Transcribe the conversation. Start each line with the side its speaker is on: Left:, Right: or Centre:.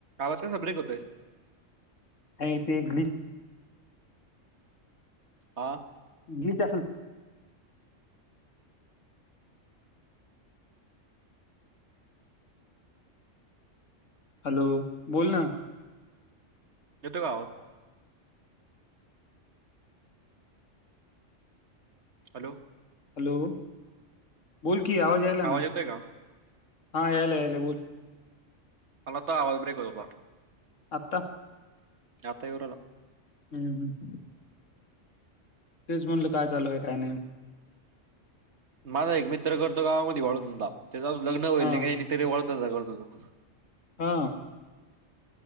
Right: आवाज असा ब्रेक होतोय
Left: नाही ते ग्ली
Right: हा.
Left: घेत असल. हॅलो. बोल ना.
Right: येतो का आवाज. हॅलो.
Left: हॅलो बोल. की आवाज आयलाय ना?
Right: येतोय का?
Left: हा यायला यायला बोल.
Right: आला आता. आवाज ब्रेक होत होता.
Left: आता.
Right: आता येऊ राहिला.
Left: हम्म हम्. तेच म्हणले काय चालूय काय नाही?
Right: माझा एक मित्र करतो गावामध्ये वाळू धंदा. त्याच अजून लग्न व्हायला
Left: हा
Right: नाही काय नाही तर वा <unintelligible>
Left: हा.